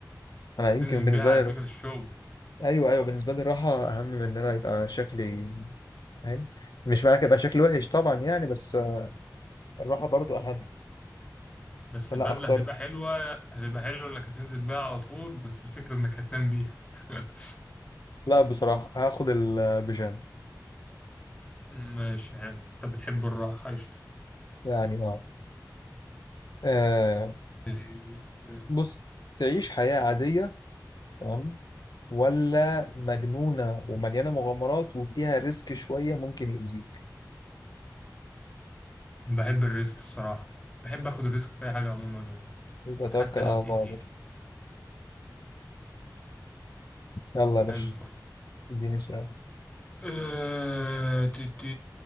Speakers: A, on the left (about 70°); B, on the left (about 15°).
A: انا
B: هتنزل
A: يمكن بالنسبه
B: بيها على
A: لي
B: فكرة الشغل
A: ايوه ايوه بالنسبه لي الراحه اهم من ان انا يبقى شكلي فاهم مش معنى كده يبقى شكلي وحش طبعا يعني بس آه، الراحه برضو اهم
B: بس
A: فلا
B: البدلة
A: اختار
B: هتبقى حلوة هتبقى حلوة انك هتنزل بيها على طول بس الفكرة انك هتنام بيها <laughs>
A: لا بصراحه هاخد البيجامه
B: ماشي حلو انت بتحب الراحة قشطة
A: يعني اه آه،
B: إيه، إيه.
A: بص تعيش حياه عاديه تمام ولا مجنونه ومليانه مغامرات وفيها ريسك شويه ممكن يأذيك
B: بحب الريسك الصراحة بحب اخد الريسك في اي حاجة عموما هو
A: يبقى
B: حتى
A: توكل على
B: لو تأذيني
A: الله يا باشا يلا يا باشا
B: حلو
A: اديني سؤال
B: أه... ت... ت...